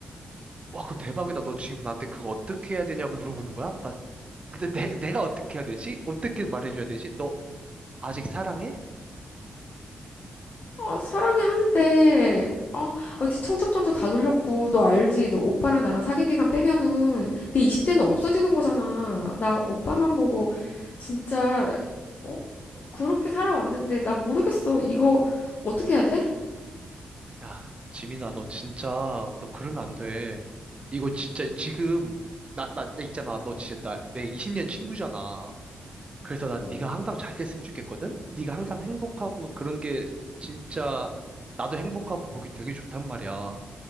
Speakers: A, on the right (about 30°); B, on the left (about 50°).
A: 와, 그거 대박이다. 너 지금 나한테 그거 어떻게 해야 되냐고 물어보는 거야? 나, 내, 내- 내가 어떻게 해야 되지? 어떻게 말해줘야 되지? 너 아직 사랑해?
B: 아, 사랑해 하는데 아, 아, 이제 청첩장도 다 돌렸고 너 알지? 너 오빠랑 나랑 사귄 기간 빼면은 내 20대는 없어지는 거잖아. 나 오빠만 보고 진짜 어? 그렇게 살아왔는데 나 모르겠어. 이거 어떻게 해야 돼?
A: 야, 지민아, 너 진짜, 너 그러면 안 돼. 이거 진짜 지금, 나, 나, 나 있잖아. 너 진짜 나, 내 20년 친구잖아. 그래서 나
B: 어.
A: 네가 항상 잘 됐으면 좋겠거든? 네가 항상 행복하고 그런 게 진짜 나도 행복하고 보기 되게 좋단 말이야.